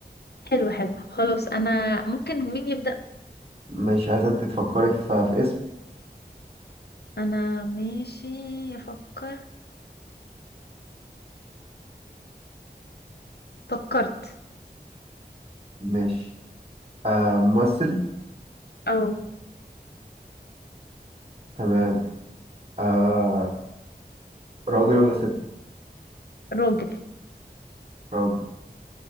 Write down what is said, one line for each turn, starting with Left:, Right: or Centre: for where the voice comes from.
Left: حلو حلو خلاص انا ممكن مين يبدا
Right: مش عايزه انت تفكري في, في اسم
Left: انا ماشي افكر فكرت
Right: ماشي آه ممثل
Left: او
Right: تمام آه راجل ولا ست
Left: راجل
Right: راجل